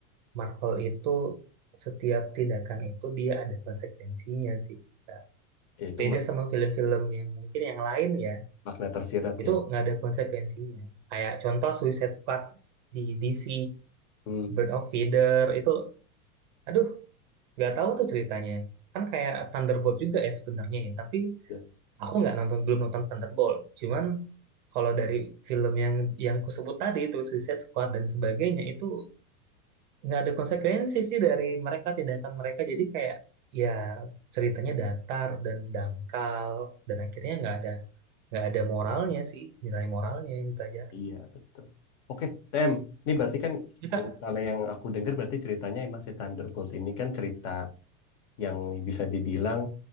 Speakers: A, on the right; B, on the left.
A: Marvel itu setiap tindakan itu dia ada konsekuensinya sih Kak.
B: ya itu
A: beda
B: mak-
A: sama film-film yang mungkin yang lain ya
B: makna tersirat
A: itu
B: ya
A: nggak ada konsekuensinya kayak contoh Suicide Squad di DC
B: hmm
A: Bird of Feather itu aduh nggak tahu tuh ceritanya kan kayak Thunderbolt juga ya sebenarnya ya tapi
B: ya,
A: aku nggak nonton belum nonton Thunderbolt cuman kalau dari film yang yang kusebut tadi itu Suicide Squad dan sebagainya itu nggak ada konsekuensi sih dari mereka tindakan mereka jadi kayak ya ceritanya datar dan dangkal dan akhirnya nggak ada nggak ada moralnya sih nilai moralnya yang dipelajari
B: iya betul oke TM ini berarti kan
A: Ya,
B: kalau
A: Kak.
B: misalnya yang aku dengar berarti ceritanya emang si Thunderbolt ini kan cerita yang bisa dibilang